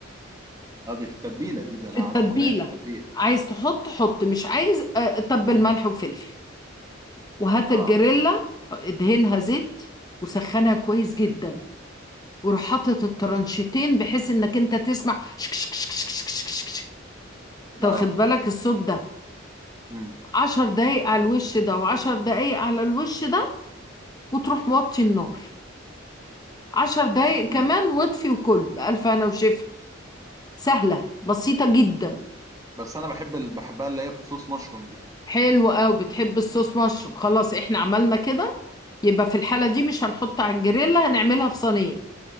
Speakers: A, on the right; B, on the left.
A: ادي في التتبيله دي ده انا
B: في التتبيلة
A: اعرفه ان هي في التتبيله
B: عايز تحط حط مش عايز اه، تبل
A: امم
B: ملح وفلفل وهات
A: اه
B: الجريلا ادهنها زيت وسخنها كويس جدا وروح حاطط الترانشيتين بحيث انك انت تسمع شك شك شك شك شك شك شك شك. طب
A: اه
B: خد بالك الصوت ده
A: امم
B: عشر دقايق على الوش ده وعشر دقايق على الوش ده وتروح موطي النار عشر دقايق كمان
A: امم
B: واطفي وكل بألف هنا وشفا سهلة بسيطة جدا
A: بس انا بحب ال... بحبها اللي هي بصوص مشروم دي
B: حلو قوي بتحب الصوص مشروب خلاص احنا عملنا كده يبقى في الحالة دي مش هنحط على الجريلا هنعملها في صينية